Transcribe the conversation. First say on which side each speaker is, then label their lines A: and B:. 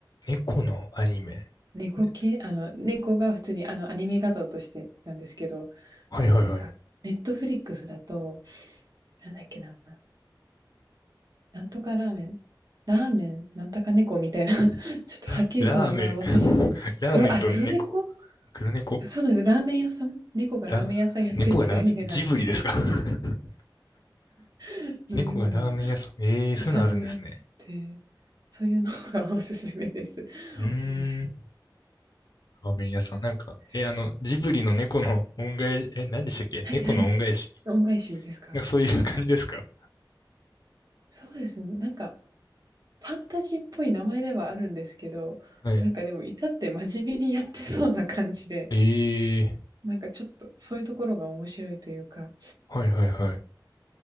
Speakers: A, on the left (about 55°); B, on the right (about 55°).
A: 猫のアニメ。
B: 猫系、
A: ね
B: あの、猫が普通に、あの、アニメ画像としてなんですけど、
A: はいはいはい。
B: なんか、ネットフリックスだと、なんだっけな、なんとかラーメンラーメンなんとか猫みたいな、<laughs> ちょっとはっきりした名前を忘れちゃった黒あ、
A: ラ、ラーメン。<laughs> ラーメンと猫。
B: 黒猫？
A: 黒猫
B: <laughs> そうなんです。ラーメン屋さん猫がラーメン屋さんやってるってアニメなんですけど、
A: ラ、猫がラ、ジブリですか <laughs>
B: <laughs> のような
A: 猫がラーメン屋さん。ええー、そういうのあるんですね。
B: 屋さんをやってて、そういうのがおすすめです。<laughs>
A: うーん。
B: 面白い。
A: ラーメン屋さん。
B: ほっこり
A: なんか、え、あの、ジブリの猫の恩返し、え、何でしたっけ猫の恩返し。
B: はいはい。恩返しですか？
A: なんかそういう感じですか
B: そうですね、なんか、ファンタジーっぽい名前ではあるんですけど、
A: はい。
B: なんかでも至って真面目にやってそうな感じで、
A: ええ
B: なんかちょっとそういうところが面白いというか、
A: はいはいはい。